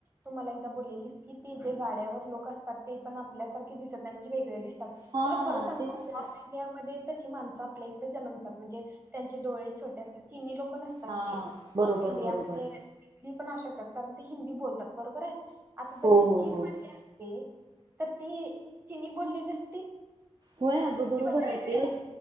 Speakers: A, on the right; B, on the right.
A: तुम्हाला एकदा बोललेली की ते जे गाड्यावर लोक असतात ते पण आपल्यासारखे दिसत नाही म्हणजे वेगळे दिसतात तुला
B: हा
A: खरं सांग
B: तेच तर.
A: नॉर्थ इंडिया मध्ये तशी माणसं आपल्याला जनमतात म्हणजे त्यांचे डोळे छोटे असतात चिन् लोक नसतात
B: हा
A: ते नॉर्थ
B: बरोबर
A: इंडियामध्ये
B: बरोबर
A: हिी पण अकतात कारण ते हिंदी बोलतात बरोबर आहे. आता जर
B: हो
A: ते
B: हो
A: चीन
B: हो
A: मधले असते तर ते चीनी बोललेली असते.
B: होय अगं बरोबर
A: भाषे
B: आहे ते
A: अस